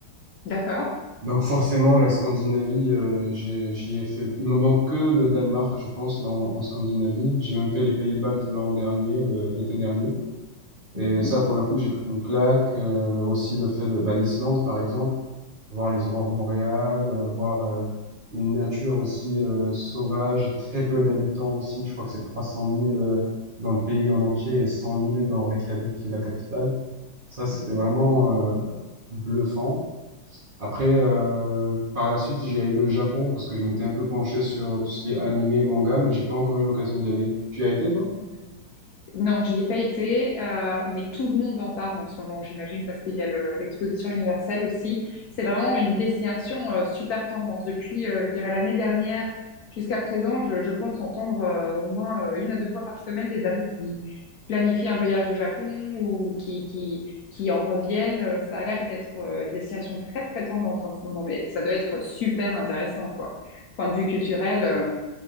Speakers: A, on the left (about 70°); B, on the right (about 65°).
A: D'accord.
B: Donc forcément, la Scandinavie, euh, j'ai- j'y ai fait. Il me manque que le Danemark, je pense, dans, en Scandinavie. J'ai même fait les Pays-Baltes l'an dernier, le- l'été dernier.
A: Mhm,
B: Et ça, pour le coup, j'ai pris une claque. Euh, aussi le fait de bah, l'Islande, par exemple, voir les aurores boréales, euh, voir euh, une nature aussi euh, sauvage, très peu d'habitants aussi. Je crois que c'est 300 000 euh, dans le pays en entier et 100 000 dans Reykjavik, qui est la capitale. Ça, c'était
A: mhm,
B: vraiment euh, bluffant. Après, euh, par la suite, j'ai eu le Japon parce que je m'étais un peu penché sur euh, tout ce qui est animé, manga, mais j'ai pas encore eu l'occasion d'y aller. Tu y as été, toi?
A: mhm. Non, j'y ai pas été, euh, mais tout le monde en parle en ce moment, j'imagine, parce qu'il y a le- l'exposition universelle aussi. C'est vraiment une destination euh, super tendance. Depuis, euh, je dirais, l'année dernière jusqu'à présent, je, je pense entendre euh, au moins euh, une à deux fois par semaine des amis qui planifient un voyage au Japon ou qui, qui, qui en reviennent. Euh, Ça a l'air d'être euh, une destination très, très tendance en ce moment, mais ça doit être super intéressant, quoi. Point de vue culturel, euh,